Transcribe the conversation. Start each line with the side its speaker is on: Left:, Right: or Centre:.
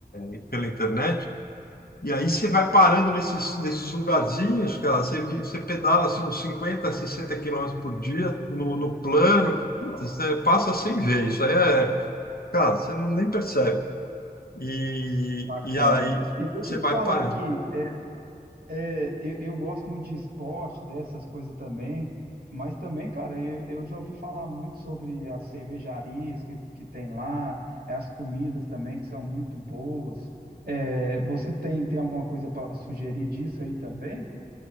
Left: eh, pela internet. E aí você vai parando nesses, nesses lugarzinhos, cara, você, vi- você pedala assim uns 50, 60 quilômetros por dia no, no plano, que puta, você passa sem ver, isso aí é, cara, você não, nem percebe. E, e
Right: cara.
Left: aí
Right: E deixa
Left: você
Right: eu
Left: vai
Right: te falar
Left: parando.
Right: aqui. É, eu, eu gosto muito de esporte, dessas coisas também, mas também, cara, eu, eu já ouvi falar muito sobre as cervejarias que, que tem lá, é, as comidas também que são muito boas. É, você tem, tem alguma coisa para sugerir disso aí também?